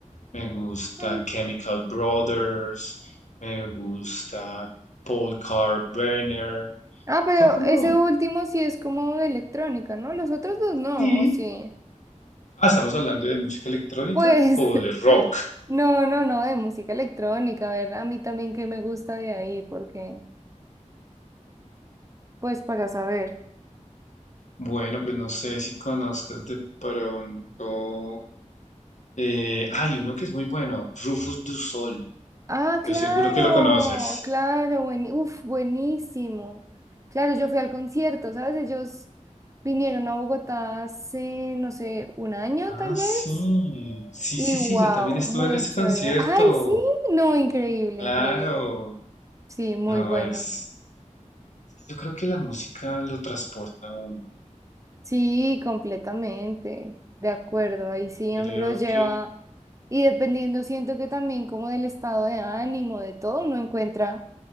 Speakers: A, on the left; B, on the right.
A: me gusta
B: Mm.
A: Chemical Brothers, me gusta Paul Carver
B: Ah, pero
A: Son como...
B: ese último sí es como de electrónica, ¿no? Los otros dos no,
A: Y...
B: ¿o sí.
A: Ah, ¿estamos hablando de música electrónica
B: Pues
A: o de rock?
B: <laughs> no, no, no, de música electrónica, a ver, a mí también que me gusta de ahí, porque, pues para saber.
A: Bueno, pues no sé si conozcas de pronto... eh, hay uno que es muy bueno, Rufus Du Sol.
B: Ah, claro,
A: Estoy seguro que lo conoces.
B: claro, buen, uf, buenísimo. Claro, yo fui al concierto, ¿sabes? Ellos vinieron a Bogotá hace, no sé, un año
A: Ah,
B: tal vez.
A: sí. Sí,
B: Y
A: sí,
B: wow,
A: sí, yo también estuve
B: muy
A: en ese
B: chévere.
A: concierto.
B: Ay, sí, no, increíble,
A: Claro.
B: increíble. Sí, muy
A: No,
B: bueno.
A: es, yo creo que la música lo transporta a uno.
B: Sí, completamente, de acuerdo, ahí sí
A: Creo
B: uno los lleva
A: que
B: y dependiendo siento que también como del estado de ánimo, de todo, uno encuentra